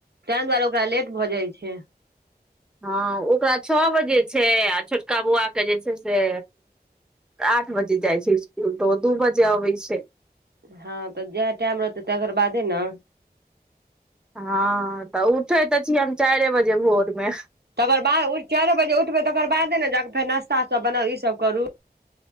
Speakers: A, on the right; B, in the centre.
A: तैं दुआरे ओकरा लेट भऽ जाइ छै
B: हँ ओकरा छओ बजे छै आ छोटका बौआके जे छै से आठ बजे जाइ छै इसकुल तऽ ओ दू बजे अबै छै
A: हँ तऽ जएह टाइम रहतै तकर बादे ने
B: हँ तऽ उठे तऽ छी हम चारि बजे भोर मे
A: तकर बाद उ चार बजे उठबै तकर बादे ने जाकऽ फेर नाास्ता सब बनाउ ई सब करू